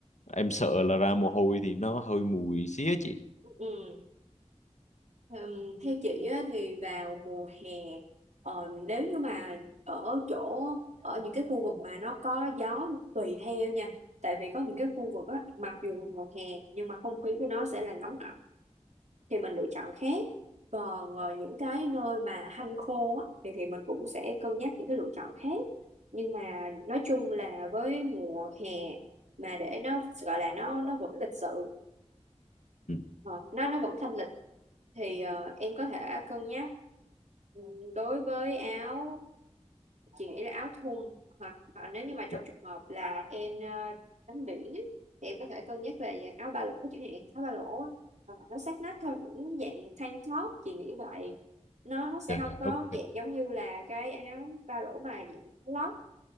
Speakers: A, on the left; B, on the right.
A: em sợ là ra mồ hôi thì nó hơi mùi xía chị.
B: Ừ. Ừm, theo chị á, thì vào mùa hè ờ, nếu như mà ở chỗ ở những cái khu vực mà nó có gió tùy theo nha tại vì có những cái khu vực á mặc dù là mùa hè nhưng mà không khí của nó sẽ là nóng ẩm thì mình lựa chọn khác còn ờ, những cái nơi mà hanh khô á, thì thì mình cũng sẽ cân nhắc những cái lựa chọn khác nhưng mà nói chung là với mùa hè mà để nó gọi là nó nó vẫn lịch sự
A: Ừ.
B: ờ, nó nó vẫn thanh lịch thì ờ, em có thể cân nhắc ừ, đối với áo chị nghĩ là áo thun hoặc, hoặc nếu như mà trong
A: dạ
B: trường hợp là em ờ, tắm biển á, thì em có thể cân nhắc về dạng áo ba lỗ chẳng hạn áo ba lỗ á, hoặc là nó sát nách thôi những dạng tank top chị nghĩ vậy nó nó sẽ
A: dạ
B: không
A: dạ
B: có
A: ok
B: dạng giống như là cái áo ba lỗ mà dạng có lót